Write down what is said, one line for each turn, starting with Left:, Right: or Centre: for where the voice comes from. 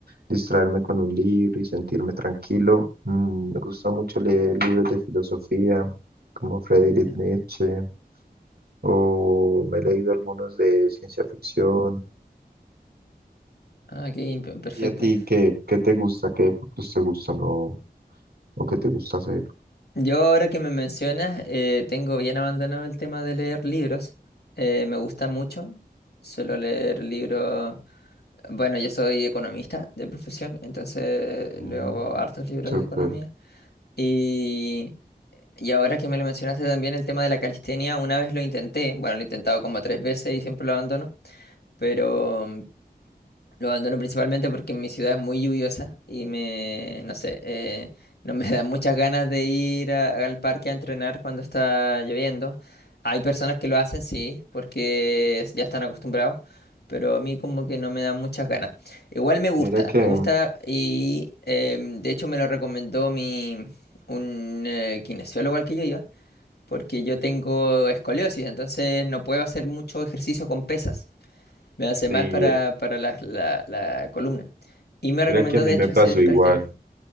Right: distraerme con un libro y sentirme tranquilo. Mm, me gusta mucho leer libros de filosofía como Friedrich
Left: Mm, ok.
Right: Nietzsche o me he leído algunos de ciencia ficción.
Left: Ah, ok, pe- perfecto.
Right: ¿Y a ti qué, qué te gusta? ¿Qué deportes te gustan o, o qué te gusta hacer?
Left: Yo ahora que me mencionas, eh, tengo bien abandonado el tema de leer libros. Eh, me gusta mucho. Suelo leer libros. Bueno, yo soy economista de profesión, entonces
Right: Mm,
Left: leo hartos libros
Right: súper.
Left: de economía. Y, y ahora que me lo mencionaste también el tema de la calistenia, una vez lo intenté. Bueno, lo he intentado como tres veces y siempre lo abandono. Pero lo abandono principalmente porque mi ciudad es muy lluviosa y me, no sé, eh, no me <laughs> dan muchas ganas de ir a- al parque a entrenar cuando está lloviendo. Hay personas que lo hacen, sí, porque es- ya están acostumbrados, pero a mí como que no me dan muchas ganas. Igual me gusta,
Right: Mira que,
Left: me gusta y eh, de hecho me lo recomendó mi, un eh, kinesiólogo al que yo iba, porque yo tengo escoliosis, entonces no puedo hacer mucho ejercicio con pesas. Me hace
Right: sí,
Left: mal para, para la, la- la columna. Y me
Right: mira
Left: recomendó,
Right: que a mí
Left: de hecho,
Right: me pasó
Left: hacer
Right: igual.
Left: calistenia.